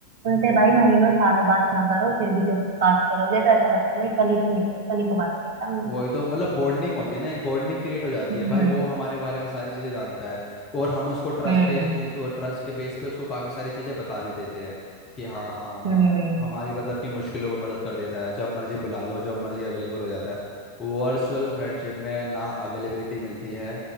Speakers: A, on the right; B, on the left.
A: उनसे
B: हम्म।
A: भाई महीनों सालों बात ना करो फिर भी जब बात करोगे तो ऐसा लगता है भाई कल ही तो मिले थे कल ही तो बात किया था हमने
B: वही तो मतलब बॉन्डिंग होती है ना एक बॉन्डिंग क्रिएट हो जाती
A: हम्म
B: है भाई वो हमारे बारे में सारी चीजें जानता है और हम उसको ट्रस्ट
A: हम्म
B: के ट्रस्ट के बेस पे उसको काफी सारी चीजें बता भी देते हैं कि हाँ हाँ हाँ
A: हम्म
B: हमारी मतलब कि मुश्किलों में मदद कर देता है जब मर्जी बुला लो जब मर्जी अवेलेबल हो जाता है वर्चुअल फ्रेंडशिप में ना अवेलेबिलिटी मिलती है